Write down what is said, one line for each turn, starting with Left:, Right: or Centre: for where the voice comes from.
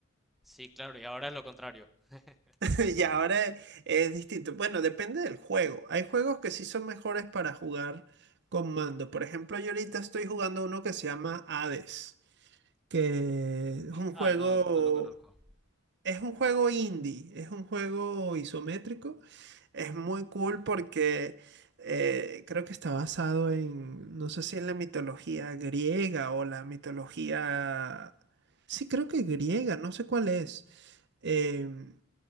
Centre: Sí, claro, y ahora es lo contrario. <laughs>
Right: <laughs> Y ahora es, es distinto. Bueno, depende del juego. Hay juegos que sí son mejores para jugar con mando. Por ejemplo, yo ahorita estoy jugando uno que se llama Hades. que es un
Centre: Ah,
Right: juego,
Centre: no, no lo conozco.
Right: es un juego indie, es un juego isométrico, es muy cool porque eh, creo que está basado en, no sé si en la mitología griega o la mitología, sí creo que griega, no sé cuál es. Em,